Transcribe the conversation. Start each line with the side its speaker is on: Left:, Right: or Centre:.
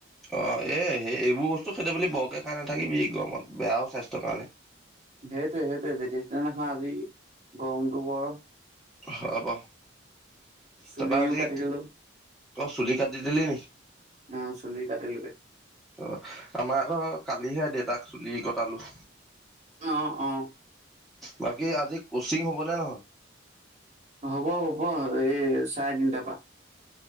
Centre: অ এ সেই এইবোৰ বস্তু খেদিব <unintelligible> বৰকে খাই নাথাকিবি গৰমত বেয়াও স্বাস্থ্যৰ কাৰণে
Right: সেইটোৱে সেইটোৱে যেতিয়া দেখিছা নহয় আজি গৰমটো বৰ <unintelligible>
Centre: হ'ব।
Right: চুলিও
Centre: তাৰপা আজি,
Right: কাটি দিলো
Centre: তই চুলি কাটি দিলি নিকি?
Right: অ চুলি কাটিলোগে
Centre: অ আমাৰ আকৌ কালিহে দেউতাক চুলি কটালো।
Right: অ, অ।
Centre: বাকী আজি কচিং হ'বনে নহয়?
Right: হ'ব হ'ব। এই চাৰে তিনটাৰ পৰা।